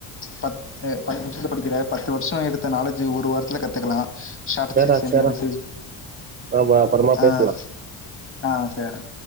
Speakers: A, on the left; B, on the right.
A: பத்து பத்து நிம்ஷத்துல படிக்கிற பத்து வருஷோ எடுத்த நாலேஜு ஒரு வாரத்துல கத்துக்கலா ஸாடிஸ்டிக்ஸ்
B: சேர்டா
A: அனாரிஸ்
B: சேர்டா. நாம அப்பறமா பேசலாம்.
A: ஆஹ் ஆஹ் சேர்றா